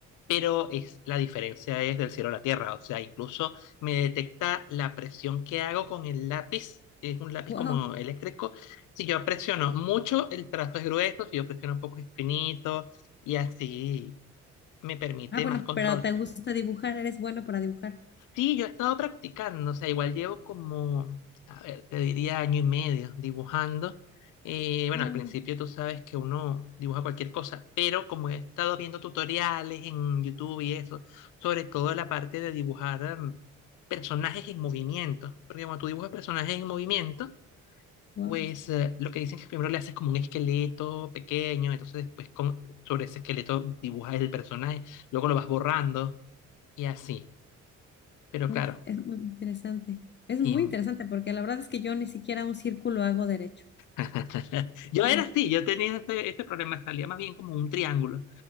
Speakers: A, on the left; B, on the left.
A: pero es, la diferencia es del cielo a la tierra. O sea, incluso me detecta la presión que hago con el lápiz. Es un lápiz
B: Wow.
A: como eléctrico. Si yo presiono mucho, el trazo es grueso. Si yo presiono un poco, es finito. Y así me permite
B: Ah, bueno,
A: más control.
B: pero te gusta dibujar, eres bueno para dibujar.
A: Sí, yo he estado practicando, o sea, igual llevo como, a ver, te diría año y medio dibujando. Eh, bueno,
B: Wow.
A: al principio tú sabes que uno dibuja cualquier cosa, pero como he estado viendo tutoriales en YouTube y eso, sobre todo la parte de dibujar mm, personajes en movimiento, porque cuando tú dibujas personajes en movimiento,
B: Wow.
A: pues eh, lo que dicen es que primero le haces como un esqueleto pequeño, entonces después con- sobre ese esqueleto dibujas el personaje, luego lo vas borrando y así. Pero
B: Uy,
A: claro.
B: <laughs> es muy interesante. Es
A: Sí,
B: muy interesante porque la verdad es que yo ni siquiera un círculo hago derecho.
A: <laughs> Yo era
B: No.
A: así, yo tenía ese, ese problema, salía más bien como un triángulo,